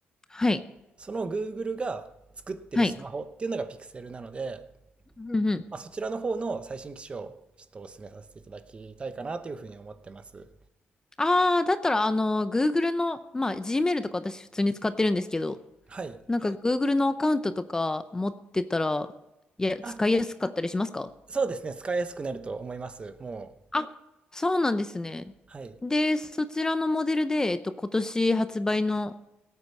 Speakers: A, on the left; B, on the right.
A: はい。
B: その Google が作ってるスマホっていうのがピクセルなので、
A: はい。うんうん。
B: まあ、そちらの方の最新機種をちょっとお勧めさせていただきたいかなというふうに思ってます。
A: ああ、だったら、あの、Google の、まあ、Gmail とか私普通に使ってるんですけど、
B: はい。
A: なんか Google のアカウントとか持ってたら、いや、使いやすかったりしますか
B: あ、そうですね。使いやすくなると思います。もう。
A: あ、そうなんですね。
B: はい。
A: で、そちらのモデルで、えっと、今年発売の